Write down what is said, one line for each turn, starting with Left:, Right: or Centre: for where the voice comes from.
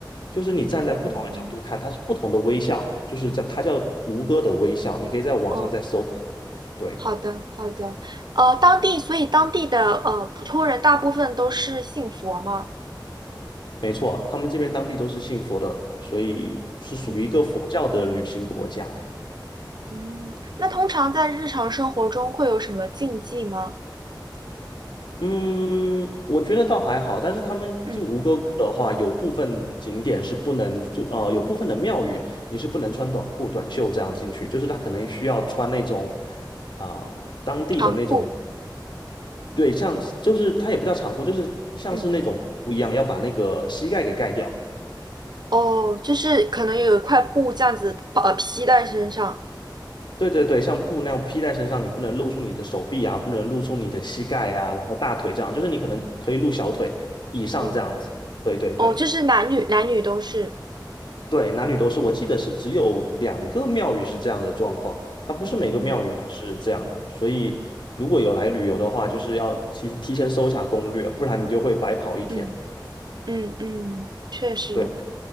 Left: 就是你站在不同的角度看，
Right: 哦
Left: 它是不同的微笑，就是在它叫吴哥的微笑，你可以在网上再搜一下。
Right: 哦。
Left: 对，
Right: 好的，好的。呃，当地，所以当地的呃普通人大部分都是信佛吗？
Left: 没错，他们这边当地都是信佛的，所以是属于一个佛教的旅行国家。
Right: 嗯嗯。那通常在日常生活中会有什么禁忌吗？
Left: 嗯，我觉得倒还好，但是他们进吴哥窟的话，
Right: 嗯，
Left: 有部分景点是不能就呃，有部分的庙宇你是不能穿短裤、短袖这样进去，就是他可能需要穿那种啊、当地的那种，
Right: 长裤。
Left: 对，像就是它也不叫长裤，就是像是那种布一样，
Right: 嗯，
Left: 要把那个膝盖给盖掉。
Right: 哦，就是可能有一块布这样子把呃披在身上。
Left: 对对对，像布那样披在身上，你不能露出你的手臂啊，不能露出你的膝盖啊，然后大腿这样，就是你可能可以露小腿以上这样子。
Right: 嗯，
Left: 对对对。
Right: 哦，就是男女男女都是。
Left: 对，男女都是，我记得是只有两个庙宇是这样的状况，它不是每个庙宇都是这样的，
Right: 嗯
Left: 所以如果有来旅游的话，就是要提提前搜一下攻略，不然你就会白跑一天。
Right: 嗯嗯嗯，确实。
Left: 对，